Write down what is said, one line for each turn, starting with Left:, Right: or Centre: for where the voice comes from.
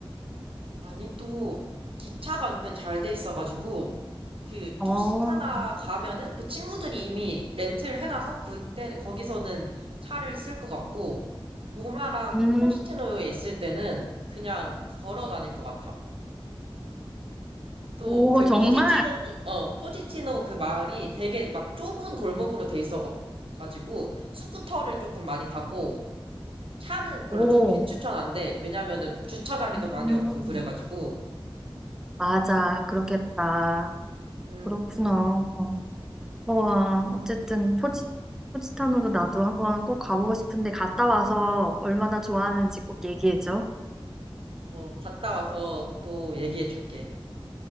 Right: 아니, 또 기차가 은근 잘 돼 있어가지고 그
Centre: 어,
Right: 토스카나 가면은 그 친구들이 이미 렌트를 해놔서 그때 거기서는 차를 쓸 것 같고 로마랑
Centre: 음,
Right: 포지티노에 있을 때는 그냥 걸어 다닐 것 같아. 또
Centre: 오,
Right: 그
Centre: 정말?
Right: 포지티노, 쪽- 어, 포지티노 그 마을이 되게 막 좁은 골목으로 돼 있어가지고 스쿠터를 조금 많이 타고 차는 별로
Centre: 오,
Right: 주- 비추천한데, 왜냐면은 주차 자리도 많이
Centre: 음,
Right: 없고, 그래가지고,
Centre: 맞아. 그렇겠다.
Right: 음,
Centre: 그렇구나. 와, 어쨌든 포지, 포지타노도 나도 한번 꼭 가보고 싶은데, 갔다 와서 얼마나 좋아하는지 꼭 얘기해줘.
Right: 어, 갔다 와서 또 얘기해줄게.